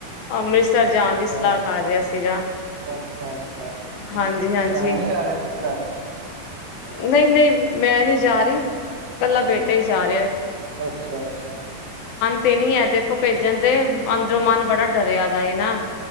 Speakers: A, on the left; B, on the right.
A: ਅੰਮ੍ਰਿਤਸਰ ਜਾਣ
B: ਅੱਛਾ
A: ਦੀ ਸਲਾਹ ਕਰ ਰਿਹਾ ਸੀਗਾ,
B: ਅੱਛਾ ਅੱਛਾ ਕੀ
A: ਹਾਂਜੀ- ਹਾਂਜੀ,
B: ਫੈਮਲੀ ਚ ਆ ਰਹੇ ਤੁਸੀਂ ਸਾਰੇ
A: ਨਹੀਂ- ਨਹੀਂ ਮੈਂ ਨਹੀਂ ਜਾ ਰਹੀ। ਇਕੱਲਾ ਬੇਟਾ ਹੀ ਜਾ ਰਿਹਾ ਹੈ।
B: ਅੱਛਾ, ਅੱਛਾ।
A: ਤੇ ਨੀ ਹੈ ਦੇਖੋ ਭੇਜਣ ਤੇ ਅੰਦਰੋਂ ਮਨ ਬੜਾ ਡਰਿਆ ਦੇ ਅ ਨਾ